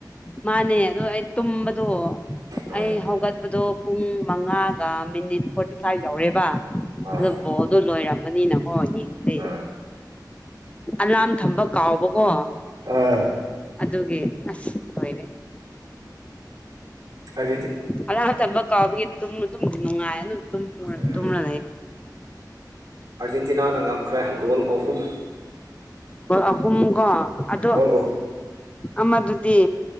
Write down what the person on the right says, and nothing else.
ꯑꯥ
ꯑꯥ
ꯑꯥ
ꯎꯝ
ꯍꯥꯏ
ꯎꯝ
ꯑꯥꯔꯖꯦꯟꯇꯤꯅꯥꯅ ꯉꯝꯈ꯭ꯔꯦ ꯒꯣꯜ ꯑꯍꯨꯝ
ꯒꯣꯜ ꯑꯍꯨꯝ